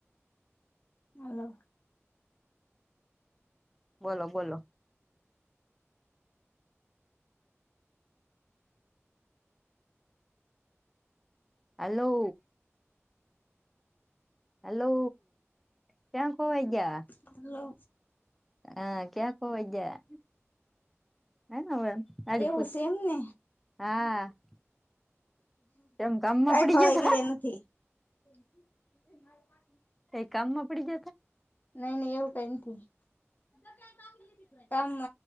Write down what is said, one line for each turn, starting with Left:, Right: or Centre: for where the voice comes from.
Left: હાલો.
Centre: બોલો બોલો. આલો. હેલો. ક્યાં ખીવાઇ ગયા?
Left: હાલો.
Centre: આ ક્યાં ખોવાઈ ગ્યા? હમ આડીપ
Left: એવું છે એમને
Centre: હા <unintelligible> કેમ કામમાં
Left: કઈ
Centre: પડી
Left: હોવાય
Centre: તા
Left: ગયા નથી. <unintelligible>
Centre: કઈ કામમાં પડી ગયા તા
Left: નઈ નઈ એવું કઈ નથી કામ મ